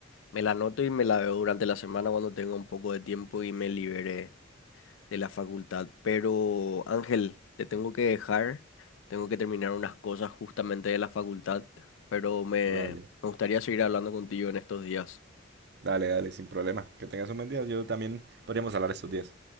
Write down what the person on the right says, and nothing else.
Dale.
Dale, dale, sin problema. Que tengas un buen día. Yo también podríamos hablar estos días.